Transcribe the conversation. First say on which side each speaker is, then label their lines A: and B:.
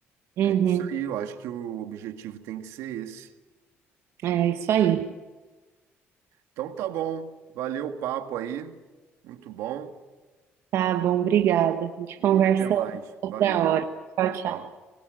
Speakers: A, on the right (about 70°); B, on the right (about 85°).
A: Uhum.
B: É isso aí, eu acho que o objetivo tem que ser esse.
A: É isso aí.
B: Então tá bom, valeu o papo aí, muito bom
A: Tá bom, obrigada. A gente
B: e
A: conversa
B: até mais.
A: outra
B: Valeu,
A: hora. Tchau, tchau.
B: tchau.